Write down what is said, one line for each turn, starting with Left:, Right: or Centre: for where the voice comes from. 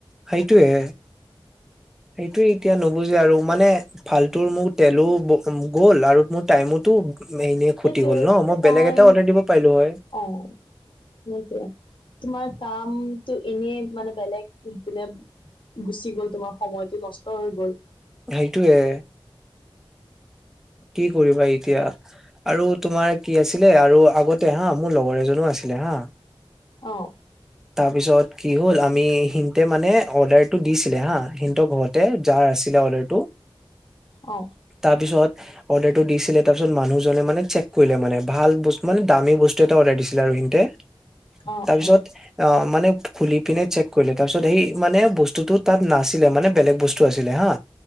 Centre: সেইটোয়ে। সেইটো এতিয়া নুবুজে আৰু মানে ফালতু মোৰ তেলো গ'ল আৰু মোৰ টাইমোতো এনে ক্ষতি
Left: সেইটো
Centre: হ'ল ন মই
Left: তাই
Centre: বেলেগ এটা অৰ্ডাৰ দিব পাৰিলো হয়
Left: অ সেইটো তোমাৰ কামটো এনে। মানে বেলেগপিনে গুচি গ'ল তোমাৰ সময়টো নষ্ট হৈ গ'ল।
Centre: সেইটোয়ে কি কৰিবা এতিয়া আৰু তোমাৰ কি আছিলে আৰু আগতে হা মোৰ লগৰ এজনো আছিলে হা
Left: অ'
Centre: তাৰ পিছত কি হ'ল। আমি সিহতে মানে অৰ্ডাৰটো দিছিলে হা সিহতৰ ঘৰতে যাৰ আছিলে অৰ্ডাৰটো
Left: অ
Centre: তাৰপিছত অৰ্ডাৰটো দিছিলে। তাৰপিছত মানুহজনে মানে চেক কৰিলে মানে ভাল মানে দামী বস্তু এটা অৰ্ডাৰ দিছিলে আৰু সিহঁতে
Left: অ
Centre: তাৰপিছত
Left: অ
Centre: অ মানে খুলি পিনে চেক কৰিলে তাৰ পিছত সেই মানে বস্তুটো তাত নাছিলে মানে বেলেগ বস্তু আছিলে হা।